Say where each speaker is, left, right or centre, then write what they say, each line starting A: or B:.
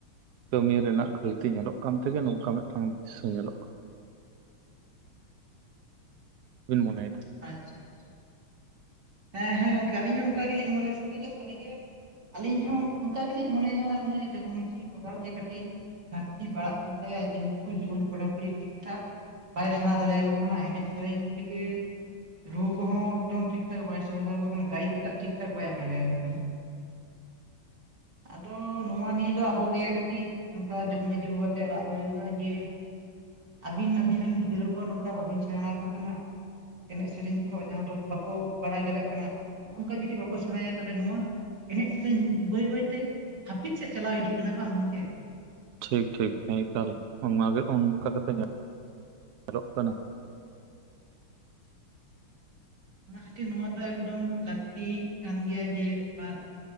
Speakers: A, on the right; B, on the right.
A: ᱠᱟᱹᱢᱤ ᱨᱮᱱᱟᱜ ᱜᱷᱟᱹᱲᱛᱤ ᱧᱮᱞᱚᱜ ᱠᱟᱱ ᱛᱮᱜᱮ ᱱᱚᱝᱠᱟ ᱢᱤᱫᱴᱟᱝ ᱫᱨᱤᱥᱥᱚ ᱧᱮᱞᱚᱜ ᱠᱟᱱᱟ᱾ ᱵᱤᱱ ᱢᱚᱱᱮᱭ ᱮᱫᱟ᱾
B: ᱟᱪᱪᱷᱟ, ᱟᱪᱪᱷᱟ᱾ ᱦᱮᱸ ᱦᱮᱸ ᱜᱚᱝᱠᱮ ᱟᱹᱞᱤᱧ ᱦᱚᱸ ᱚᱱᱠᱟ ᱜᱮᱞᱤᱧ ᱢᱚᱱᱮᱭᱟ, ᱥᱟᱹᱨᱤ ᱫᱚ ᱥᱟᱹᱨᱤ ᱜᱮ ᱟᱹᱞᱤᱧ ᱦᱚᱸ ᱚᱱᱠᱟ ᱜᱮᱞᱤᱧ ᱢᱚᱱᱮᱭᱟ ᱱᱩᱭ ᱡᱚᱜᱽ ᱢᱟᱺᱡᱷᱤ ᱵᱟᱵᱟ ᱜᱮ ᱠᱟᱹᱴᱤᱡ ᱜᱷᱟᱹᱨᱛᱤ ᱯᱟᱲᱟᱜ ᱠᱟᱱ ᱛᱟᱭᱟ ᱡᱮ ᱱᱩᱠᱩ ᱡᱩᱣᱟᱹᱱ ᱠᱚᱲᱟ ᱠᱩᱲᱤ ᱴᱷᱤᱠ ᱴᱷᱟᱠ ᱵᱟᱭ ᱥᱮᱬᱟ ᱫᱟᱲᱮᱭᱟᱠᱚ ᱠᱟᱱᱟ, ᱮᱱᱮᱡ ᱥᱮᱨᱮᱧ ᱛᱷᱮᱠᱮ ᱨᱩ ᱠᱚᱦᱚᱸ ᱮᱠᱫᱚᱢ ᱴᱷᱤᱠᱷᱟᱠ ᱴᱷᱤᱠ ᱴᱷᱟᱠ ᱵᱟᱭ ᱥᱮᱲᱟ ᱫᱟᱲᱮ ᱟᱠᱚ ᱠᱟᱱᱟ ᱜᱟᱭᱤᱰ ᱴᱟᱜ ᱴᱷᱤᱠ ᱴᱷᱟᱠ ᱵᱟᱭ ᱮᱢ ᱫᱟᱲᱮᱭᱟᱠᱚ ᱠᱟᱱᱟ᱾ ᱟᱫᱚ ᱱᱚᱣᱟ ᱱᱤᱭᱟᱹ ᱫᱚ ᱟᱵᱚᱜᱮ ᱠᱟᱹᱴᱤᱡ ᱱᱚᱝᱠᱟ ᱡᱚᱜᱽ ᱢᱟᱺᱡᱷᱤ ᱵᱟᱵᱟ ᱴᱷᱮᱡ ᱨᱟᱜ ᱦᱩᱭᱩᱜᱼᱟ ᱡᱮ ᱟᱵᱤᱱ, ᱟᱹᱵᱤᱱ ᱨᱮᱱ ᱜᱤᱫᱽᱨᱟᱹ ᱠᱚ ᱵᱟᱹᱵᱤᱧ ᱥᱮᱬᱟ ᱟᱠᱚ ᱠᱟᱱᱟ ᱮᱱᱮᱡ ᱥᱮᱨᱮᱧ ᱠᱚ ᱡᱟᱦᱟᱸ ᱫᱚ ᱵᱟᱠᱚ ᱵᱟᱲᱟᱭ ᱫᱟᱲᱮᱭᱟᱜ ᱠᱟᱱᱟ᱾ ᱱᱚᱜᱚ ᱱᱚᱝᱠᱟ ᱡᱩᱫᱤ ᱵᱟᱠᱚ ᱥᱮᱬᱟᱭᱟ ᱛᱟᱦᱚᱞᱮ ᱱᱚᱣᱟ ᱮᱱᱮᱡ ᱥᱮᱨᱮᱧ ᱵᱟᱹᱭ ᱵᱟᱹᱭ ᱛᱮ, ᱦᱟᱟᱹᱯᱤᱫ ᱥᱮᱫ ᱪᱟᱞᱟᱣ ᱤᱫᱤᱜ ᱠᱟᱱᱟ ᱵᱟᱝ ᱜᱚᱝᱠᱮ?
A: ᱴᱷᱤᱠ ᱴᱷᱤᱠ ᱮᱠᱟᱞ ᱚᱝᱠᱟ ᱠᱟᱛᱮ ᱧᱮᱞᱚᱜ ᱠᱟᱱᱟ
B: ᱚᱱᱟ ᱠᱷᱟᱹᱛᱤᱨ ᱱᱚᱣᱟ ᱫᱚ ᱮᱠᱫᱚᱢ ᱞᱟᱹᱠᱛᱤ ᱠᱟᱱ ᱜᱮᱭᱟ ᱡᱮ ᱟᱨ